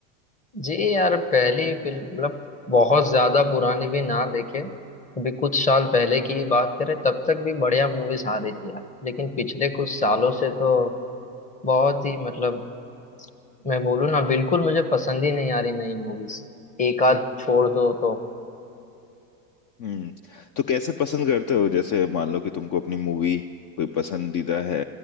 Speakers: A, on the left; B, on the left.
A: जी यार पहली फिल्म मतलब बहुत ज्यादा पुरानी भी ना देखे अभी कुछ साल पहले की ही बात करें तब तक भी बढ़िया मूवीज आ रही थी यार लेकिन पिछले कुछ सालों से तो बहुत ही मतलब मैं बोलूँ ना बिल्कुल मुझे पसंद ही नहीं आ रही नई मूवीज एक आध छोड़ दो तो
B: हम्म तो कैसे पसंद करते हो जैसे मान लो कि तुमको अपनी मूवी कोई पसंदीदा है